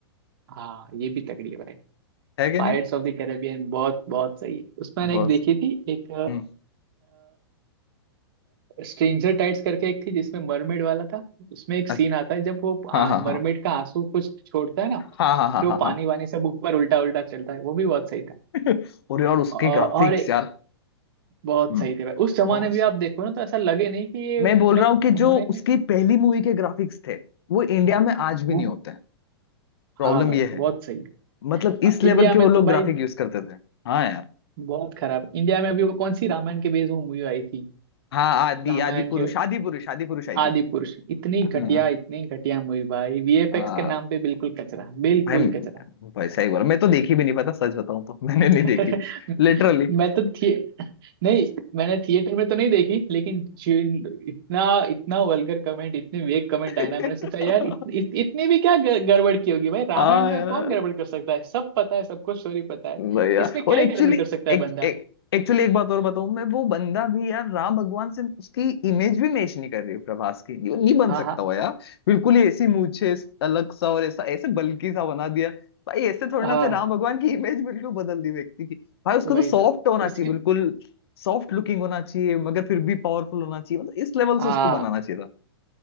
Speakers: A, on the right; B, on the left.
A: हाँ ये भी तगड़ी है भाई
B: है कि
A: पायरेट्स
B: नहीं
A: ऑफ द कैरेबियन बहुत बहुत सही है उसमें मैंने
B: बस
A: एक देखी थी एक
B: हम्म
A: स्ट्रेंजर टाइट्स करके एक थी जिसमें मरमेड वाला था उसमें एक
B: अच्छ-
A: सीन आता है जब वो
B: हाँ हाँ
A: मरमेड
B: हाँ
A: का आंसू कुछ छोड़ता है ना फिर
B: हाँ हाँ हाँ
A: वो
B: हाँ हाँ
A: पानी वानी सब ऊपर उल्टा उल्टा चलता है वो भी बहुत सही था
B: <laughs> और यार उसके
A: और
B: ग्राफिक्स
A: और एक-
B: यार
A: बहुत
B: हम्म
A: सही थे भाई उस जमाने
B: बॉस
A: में आप देखो ना तो ऐसा लगे नहीं कि ये
B: मैं
A: मतलब
B: बोल रहा हूँ कि
A: उन्होंने
B: जो उसकी पहली मूवी के ग्राफिक्स थे वो इंडिया में आज भी
A: वो
B: नहीं होते हैं प्रॉब्लम
A: हाँ भाई
B: ये है
A: बहुत सही
B: मतलब इस लेवल
A: इंडिया
B: के
A: में
B: वो लोग
A: तो भाई
B: ग्राफिक यूज करते थे हाँ यार
A: बहुत खराब इंडिया में अभी वो कौन सी रामायण के बेस में मूवी आई थी
B: हाँ आदि
A: रामायण
B: आदि पुरुष
A: के
B: आदि पुरुष आदि पुरुष आई थी
A: आदि पुरुष इतनी
B: हाँ,
A: घटिया
B: हाँ।
A: इतनी घटिया मूवी भाई वीएफएक्स
B: आ,
A: के नाम पे बिल्कुल कचरा बिल्कुल
B: भाई
A: कचरा
B: भाई सही बोला मैं तो देखी भी नहीं पता सच बताऊं तो मैंने नहीं देखी
A: <laughs>
B: लिटरली
A: मैं तो थिए नहीं मैंने थिएटर में तो नहीं देखी लेकिन जिन इतना इतना वल्गर कमेंट इतने वेक कमेंट
B: <laughs>
A: आए ना मैंने सोचा यार इत, इत, इतनी भी क्या ग- गड़बड़ की होगी भाई रामायण
B: हाँ
A: में
B: यार
A: कौन गड़बड़ कर सकता है सब पता है सबको स्टोरी पता है
B: भाई यार
A: इसमें क्या
B: और एक्चुअली
A: ही गड़बड़ कर सकता
B: एक
A: है बंदा
B: एक एक्चुअली एक बात और बताऊं मैं वो बंदा भी यार राम भगवान से उसकी इमेज भी मैच नहीं कर रही है प्रभास की ये नहीं बन
A: हाँ
B: सकता
A: हाँ
B: हुआ यार बिल्कुल ही ऐसी मूछे अलग सा और ऐसा ऐसे बल्कि सा बना दिया भाई ऐसे थोड़ी
A: हाँ
B: ना थे राम भगवान की इमेज बिल्कुल बदल दी व्यक्ति की भाई उसको
A: वही
B: तो सॉफ्ट
A: तो
B: होना
A: इसके
B: चाहिए बिल्कुल सॉफ्ट लुकिंग होना चाहिए मगर फिर भी पावरफुल होना चाहिए मतलब इस लेवल से
A: हाँ
B: उसको बनाना चाहिए था